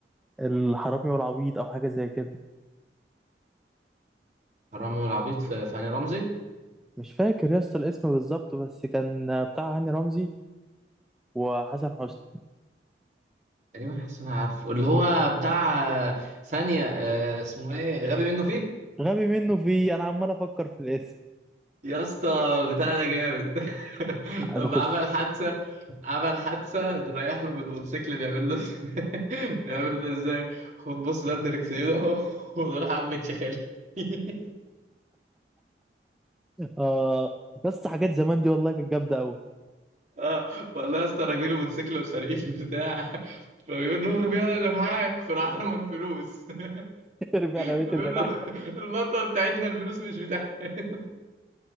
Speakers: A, in the centre; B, on the right (about 40°).
A: الحرامي والعبيط او حاجه زي كده
B: رامي والعبيط في في هاني رمزي
A: مش فاكر يا اسطى الاسم بالظبط بس كان بتاع هاني رمزي وحسن حسني
B: تقريبا حاسس إن انا عارفه اللي هو بتاع آه، ثانية آه، اسمه ايه غبي منه فيه
A: غبي منه في انا عمال افكر في الاسم
B: يا اسطى بتاع ده جامد <laughs> لما
A: نخش
B: عمل حادثة عمل حادثة رايح له بالموتوسيكل بيعمل له <laughs> بيعمل له ازاي خد بص ده الدركسيون اهو <laughs> ودول حبة شخالي <laughs>
A: اه بس حاجات زمان دي والله كانت جامده قوي
B: اه والله يا اسطى راكبين الموتوسيكل وسارقين بتاع فبيقول له ارميها اللي معاك فراح رمى الفلوس <laughs>
A: <laughs> رجعنا بيت
B: فبيقول
A: اللي معايا
B: له المطوه بتاعتنا الفلوس مش بتاعتك